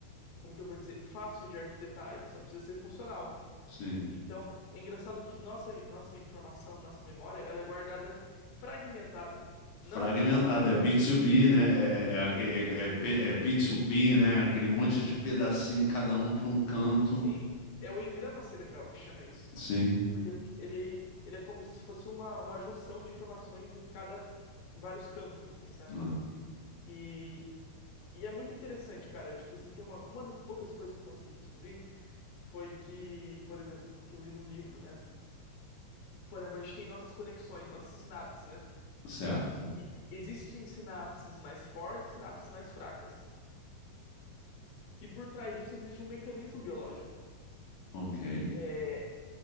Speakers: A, on the left; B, on the left.
A: como que eu vou dizer, fácil de arquitetar, ele só precisa ser funcional.
B: sim.
A: Então, é engraçado que nossa, nossa informação, nossa memória, ela é guardada fragmentada,
B: Fragmentado,
A: não compactada.
B: é B2B, né? É, é, é, aque-
A: Aham,
B: é- é P-
A: é,
B: é P2P,
A: é,
B: né? Aquele monte
A: aham.
B: de pedacinho,
A: Isso.
B: cada um para um canto.
A: Sim, é o engrama cerebral que chama isso,
B: Sim,
A: porque assim, ele, ele é como se fosse uma, uma junção de informações em cada, em vários campos, assim, sabe?
B: Ah,
A: E E é muito interessante, cara. Tipo assim, tem uma, uma das poucas coisas que eu consegui descobrir foi que, por exemplo, que eu li num livro, né? Por exemplo, a gente tem nossas conexões, nossas sinapses, né?
B: certo.
A: E existem sinapses mais fortes, sinapses mais fracas. E por trás disso existe um mecanismo biológico.
B: Ok.
A: É,